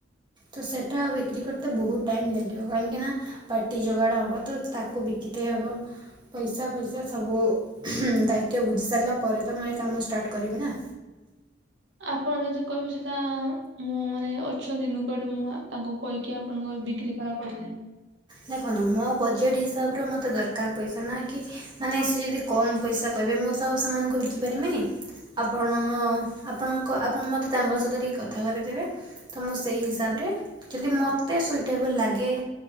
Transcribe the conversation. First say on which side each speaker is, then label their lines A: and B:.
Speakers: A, on the right; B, on the right.
A: ତ ସେଇଟା ବିକ୍ରି କରତେ ବହୁତ ଟାଇମ୍ ଲାଗିବ କାହିଁକିନା ପାର୍ଟି ଯୋଗାଡ଼ ହବ ତ ତାକୁ ବିକିତେ ହବ ପଇସା ଫଇସା ସବୁ ହୁଁ ଦାୟିତ୍ୱ ବୁଝି ସାରିଲା ପରେ ତ ମୁଁ ଏ କାମ ଷ୍ଟାର୍ଟ କରିବି ନା।
B: ଆପଣ ଯଦି କହିବେ ସେଟା ମୁଁ ମାନେ ଅଛନ୍ତି ନୁଗାଡୁ ମୁଁ ତାଙ୍କୁ କହିକି ଆପଣଙ୍କର ବିକ୍ରି କାଳେ କରିଦେ
A: ଦେଖନ୍ତୁ ମୋ ବଜେଟ୍ ହିସାବରେ ମତେ ଦରକାର ପଇସା ନା କି ମାନେ ସେ ଯଦି କମ ପଇସା କହିବେ ମୁଁ ତ ଆଉ ସେମାନଙ୍କୁ ବିକି ପାରିବିନି। ଆପଣ ଆପଣଙ୍କ ଆପଣ ମତେ ତାଙ୍କ ସହିତ ଟିକେ କଥା କରେଇଦେବେ। ତ ମୁଁ ସେଇ ହିସାବରେ ଯଦି ମତେ ସୁଇଟେବଲ ଲାଗେ